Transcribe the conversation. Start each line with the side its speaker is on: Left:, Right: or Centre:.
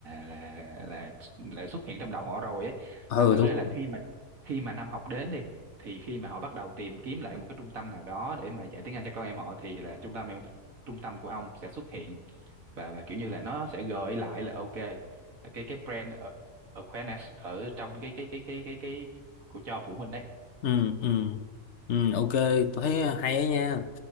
Right: là là, là xuất hiện trong đầu họ rồi ấy
Left: ừ
Right: thành thử
Left: đúng
Right: ra
Left: rồi
Right: là khi mà khi mà năm học đến đi thì khi mà họ bắt đầu tìm kiếm lại một cái trung tâm nào đó để mà dạy tiếng Anh cho con em họ thì là trung tâm em trung tâm của ông sẽ xuất hiện và và kiểu như là nó sẽ gợi lại là ok là cái cái brand ở- awareness ở trong cái cái cái cái cái cái của cho phụ huynh đấy
Left: ừ ừ ừ ok tôi thấy hay á nha